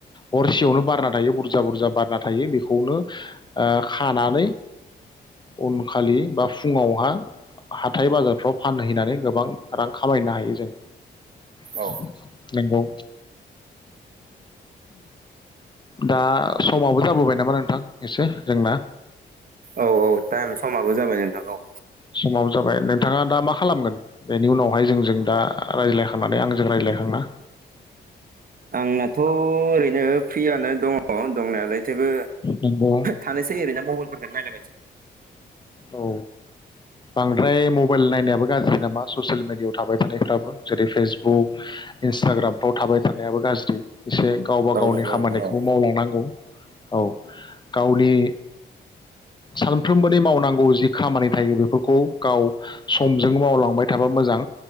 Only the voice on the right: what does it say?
औ
औ-औ टाइम समाबो जाबाय नोंथां औ।
आंनाथ ओरैनो फ्रियानो दङ दंनायालाय थेवबो
थानोसै ओरैनो मबाइलफोरखौ नायलायबायनोसै।
औ
नंगौ
नंगौ